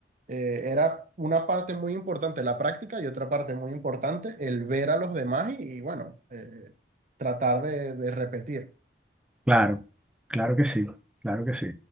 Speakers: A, on the right (about 45°); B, in the centre.
A: eh, era una parte muy importante la práctica y otra parte muy importante el ver a los demás y, y bueno, eh, tratar de de repetir.
B: claro, claro que sí, claro que sí.